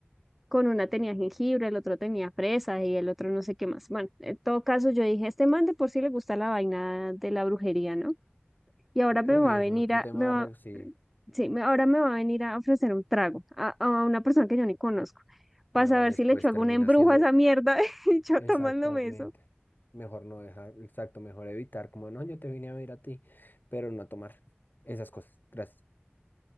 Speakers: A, in the centre; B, on the left.
A: con una tenía jengibre, el otro tenía fresa y el otro no sé qué más. Bueno, en todo caso yo dije, este man de por sí le gusta la vaina de la brujería, ¿no? Y ahora
B: Eh,
A: me
B: Uy,
A: va
B: eso
A: a venir
B: es otro
A: a,
B: tema,
A: me va,
B: re- sí.
A: sí, me- ahora me va a venir a ofrecer un trago a, a una persona que yo ni conozco. Para
B: No,
A: saber
B: después
A: si le echo
B: termina
A: algún embrujo
B: siendo
A: a esa mierda, <laughs> y yo
B: exactamente.
A: tomándome eso.
B: Mejor no dejar, exacto, mejor evitar, como no, yo te vine a ver a ti, pero no a tomar esas cosas. Gracias.